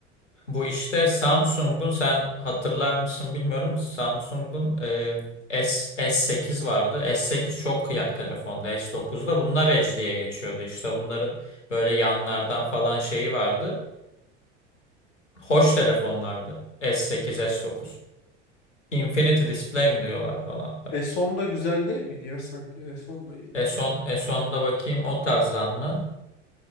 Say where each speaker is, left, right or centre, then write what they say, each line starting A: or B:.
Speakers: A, on the left; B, on the left.
A: Bu işte Samsung'un sen hatırlar mısın bilmiyorum. Samsung'un e, S, S8 vardı. S8 çok kıyak telefonda. S9'da bunlar Edge diye geçiyordu. İşte bunların böyle yanlardan falan şeyi vardı. Hoş telefonlardı. S8, S9. Infinity Display mi diyorlardı ona hatta.
B: E son da güzel değil miydi ya sanki? E son da iyiydi.
A: S10, S10'da bakayım o tarzdan mı?